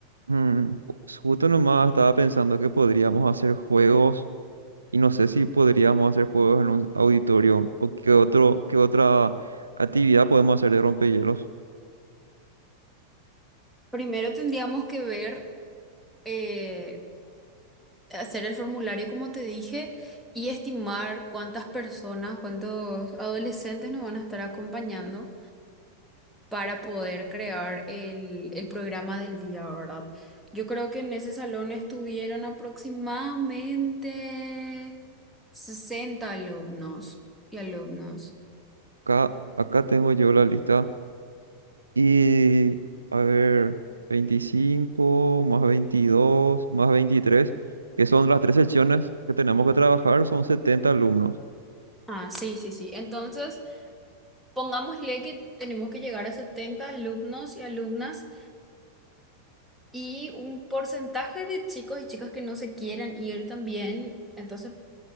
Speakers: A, on the right; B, in the centre.
A: Mm, ju- justo nomás estaba pensando que podríamos hacer juegos y no sé si podríamos hacer juegos en un auditorio o qué otro, qué otra actividad podemos hacer de rompehielos.
B: Primero tendríamos que ver, eh, hacer el formulario, como te dije, y estimar cuántas personas, cuántos adolescentes nos van a estar acompañando. para poder crear el, el programa del día, ¿verdad? Yo creo que en ese salón estuvieron aproximadamente 60 alumnos y alumnas.
A: Acá, acá tengo yo la lista Y, a ver, 25 más 22 más veintitrés que son las tres secciones que tenemos que trabajar, son 70 alumnos.
B: Ah, sí, sí, sí. Entonces, pongámosle que tenemos que llegar a 70 alumnos y alumnas y un porcentaje de chicos y chicas que no se quieran ir también. Entonces,